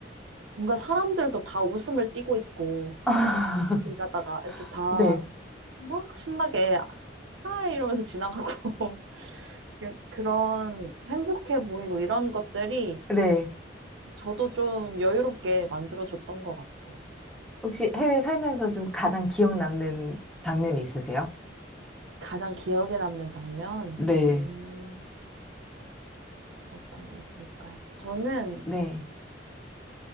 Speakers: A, on the right; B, in the centre.
A: 뭔가 사람들도 다 웃음을 띠고 있고,
B: <laughs>
A: 일 가다가 이렇게 다
B: 네.
A: 막 신나게 하이 이러면서 지나가고 <laughs> 그냥 그런 행복해 보이고 이런 것들이
B: 네.
A: 저도 좀 여유롭게 만들어줬던 것 같아요.
B: 혹시 해외 살면서 좀 가장 기억 남는 장면이 있으세요?
A: 가장 기억에 남는 장면,
B: 네.
A: 음, 어떤 게 있을까요? 저는
B: 네.